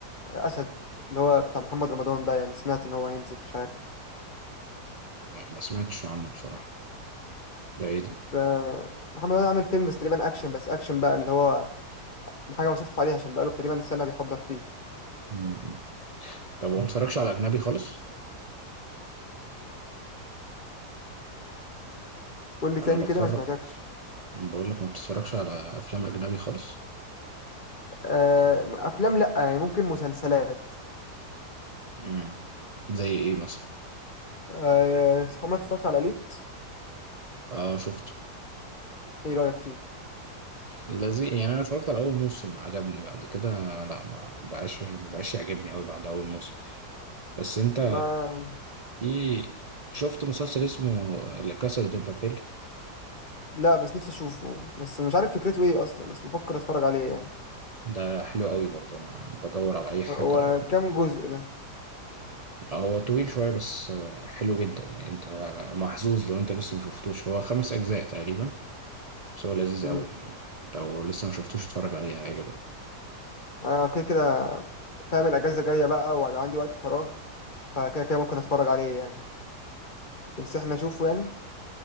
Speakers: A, on the left; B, on the right.
A: اسد اللي هو بتاع محمد رمضان ده يعني سمعت ان هو هينزل مش عارف
B: لا، ما سمعتش عنه بصراحة ده ايه ده؟
A: ف- محمد رمضان عامل فيلم بس تقريبا اكشن بس اكشن بقى اللي هو حاجه مصروف عليها عشان بقاله تقريبا سنه بيحضر فيه
B: مم. طب وما بتتفرجش على أجنبي خالص؟
A: قول لي
B: أنا
A: تاني
B: بتفرج
A: كده ما سمعتكش
B: بقول لك ما بتتفرجش على أفلام أجنبي خالص؟
A: آه، افلام لا يعني ممكن مسلسلات
B: مم. زي ايه مثلا؟
A: آه، عمرك اتفرجت على ليت
B: اه شفته
A: ايه رأيك فيه
B: لذيذ يعني أنا اتفرجت على أول موسم عجبني بعد كده لا ما بقاش ما بقاش يعجبني أوي بعد أول موسم بس أنت
A: ما
B: في شفت مسلسل اسمه لا كاسا دي بابيل
A: لا بس نفسي اشوفه بس مش عارف فكرته ايه اصلا بس بفكر اتفرج عليه يعني
B: ده حلو أوي برضه أنا بدور على أي حاجة
A: هو
B: لو
A: كام جزء ده
B: هو طويل شوية بس آه، حلو جدا يعني انت محظوظ لو انت لسه ما شفتوش هو خمس اجزاء تقريبا بس هو لذيذ
A: امم
B: قوي يعني لو لسه ما شفتوش اتفرج عليه هيعجبك
A: انا كده كده فاهم الاجازة جاية بقى وهيبقى عندي وقت فراغ فكده كده ممكن اتفرج عليه يعني تنصحني اشوفه يعني